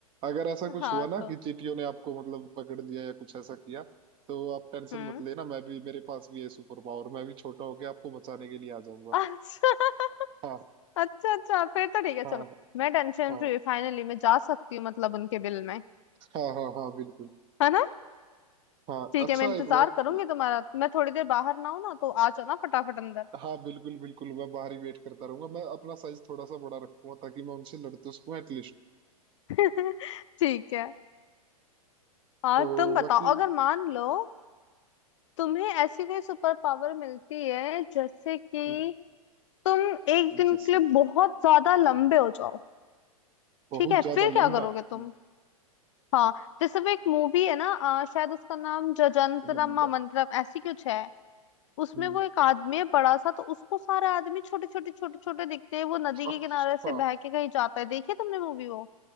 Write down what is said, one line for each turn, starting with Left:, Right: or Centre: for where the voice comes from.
Right: अगर ऐसा कुछ
Left: हाँ
Right: हुआ ना
Left: तो
Right: कि चींटियों ने आपको मतलब पकड़ लिया या कुछ ऐसा किया तो आप टेंशन
Left: हम्म
Right: मत लेना मैं भी मेरे पास भी है सुपर पावर मैं भी छोटा होके आपको बचाने के लिए आ जाऊंगा
Left: अच्छा <laughs>
Right: हाँ
Left: अच्छा अच्छा फिर तो ठीक है
Right: हाँ
Left: चलो मैं टेंशन
Right: हाँ
Left: फ्री फाइनली मैं जा सकती हूँ मतलब उनके बिल में
Right: हाँ हाँ हाँ बिल्कुल
Left: है ना
Right: हाँ
Left: ठीक
Right: अच्छा
Left: है मैं इंतजार
Right: एक बात
Left: करूंगी तुम्हारा मैं थोड़ी देर बाहर ना हूं ना तो आ जाना फटाफट अंदर
Right: हाँ बिल्कुल बिल्कुल मैं बाहर ही वेट करता रहूंगा मैं अपना साइज थोड़ा सा बड़ा रखूंगा ताकि मैं उनसे लड़ तो सकूं एटलीस्ट
Left: <laughs> ठीक है और
Right: तो
Left: तुम बताओ
Right: बाकी
Left: अगर मान लो तुम्हें ऐसी कोई सुपर पावर मिलती है जैसे कि
Right: हम्म,
Left: तुम एक दिन
Right: जैसे
Left: के लिए
Right: कि
Left: बहुत ज्यादा लंबे हो जाओ
Right: बहुत
Left: ठीक है
Right: ज्यादा
Left: फिर क्या
Right: लंबा
Left: करोगे
Right: हम्म,
Left: तुम हाँ जैसे वो एक मूवी है ना अ, शायद उसका नाम जजंतरम
Right: लंबा
Left: मंत्रम ऐसी कुछ है उसमें
Right: हम्म,
Left: वो एक आदमी है बड़ा सा तो उसको सारे आदमी छोटे छोटे छोटे छोटे दिखते हैं वो नदी
Right: अच्छा
Left: के किनारे से बह के कहीं जाता है देखिए तुमने मूवी वो